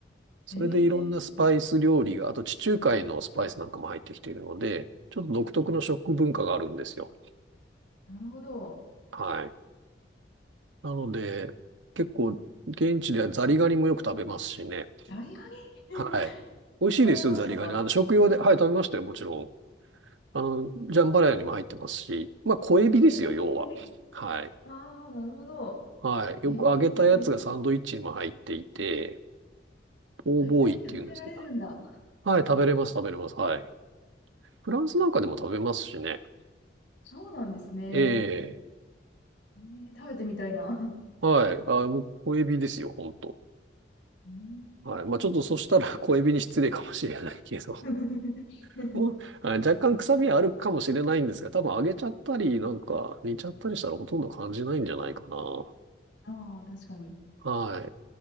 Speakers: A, on the right; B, on the left.
A: それでいろんなスパイス料理が、
B: へえ、
A: あと地中海のスパイスなんかも入ってきているので、ちょっと独特の食文化があるんですよ。
B: なるほど。
A: はい。なので、結構、現地ではザリガニもよく食べますしね。
B: ザリガニ <laughs>
A: はい。
B: 食
A: 美味しいですよ、
B: べましたかあ、
A: ザリガニ。あの、食用で、はい、食べましたよ、もちろん。あの、ジャンバラヤにも入ってますし、まあ、小エビですよ、
B: へえ、
A: 要は。はい。
B: ああ、なるほど。
A: はい。
B: へえ、
A: よく揚げたやつがサンドイッチにも入っていて、ポーボーイって言うんですけど。
B: ザリガニ食べられるんだ。
A: はい、食べれます、食べれます。はい。フランスなんかでも食べますしね。
B: そうなんですね。
A: ええ
B: へえ、食べてみたいな。<laughs>
A: はい。あ、もう小エビですよ、ほんと。
B: うーん
A: はい。まあちょっとそしたら <laughs> 小エビに失礼かもしれないけど、
B: <laughs>
A: <laughs> もうはい若干臭みはあるかもしれないんですが、多分揚げちゃったり、なんか煮ちゃったりしたらほとんど感じないんじゃないかな。
B: ああ、確かに。
A: はい。